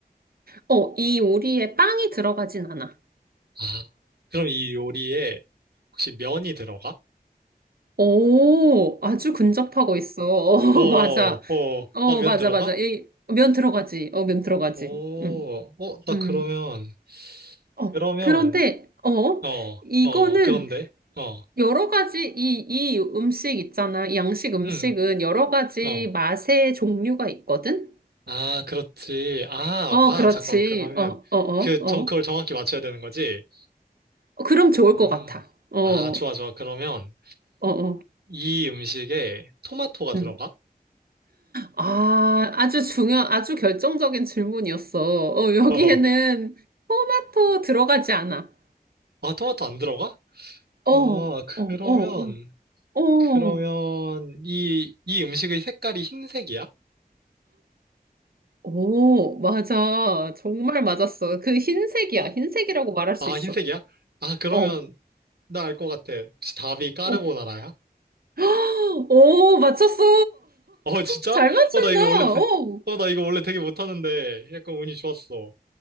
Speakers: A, on the right; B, on the right.
A: 어, 이 요리에 빵이 들어가진 않아.
B: 아, 그럼 이 요리에 혹시 면이 들어가?
A: 오, 아주 근접하고 있어. <laughs> 어,
B: 어, 어,
A: 맞아. 어,
B: 아, 면
A: 맞아,
B: 들어가?
A: 맞아. 이, 면 들어가지. 어, 면 들어가지.
B: 오,
A: 응
B: 어, 나
A: 음.
B: 그러면,
A: 어,
B: 그러면,
A: 그런데, 어,
B: 어, 어,
A: 이거는
B: 어, 그런데, 어,
A: 여러 가지, 이, 이 음식 있잖아. 이 양식 음식은
B: 음,
A: 여러 가지
B: 어.
A: 맛의 종류가 있거든?
B: 아, 그렇지. 아,
A: 어,
B: 아,
A: 그렇지.
B: 잠깐, 그러면,
A: 어, 어, 어,
B: 그, 정,
A: 어.
B: 그걸 정확히 맞춰야 되는 거지?
A: 어, 그럼 좋을 것
B: 음,
A: 같아. 어, 어,
B: 아, 좋아, 좋아. 그러면,
A: 어.
B: 이 음식에 토마토가
A: 음.
B: 들어가?
A: 아, 아주 중요한, 아주 결정적인 질문이었어. 어, 여기에는
B: 어,
A: 토마토 들어가지 않아.
B: 아, 토마토 안 들어가?
A: 어,
B: 어,
A: 어,
B: 그러면,
A: 어, 어. 어.
B: 그러면, 이, 이 음식의 색깔이 흰색이야?
A: 오, 맞아. 정말 맞았어. 그 흰색이야.
B: 어,
A: 흰색이라고 말할 수
B: 아,
A: 있어.
B: 흰색이야? 아, 그러면,
A: 어,
B: 나 알 것 같아. 혹시 답이 까르보나라야?
A: 어. <gasps> 오, 맞췄어.
B: 어, 진짜?
A: <laughs> 잘 맞춘다.
B: 어, 나 이거 원래, 되-
A: 어.
B: 어, 나 이거 원래 되게 못하는데, 약간 운이 좋았어.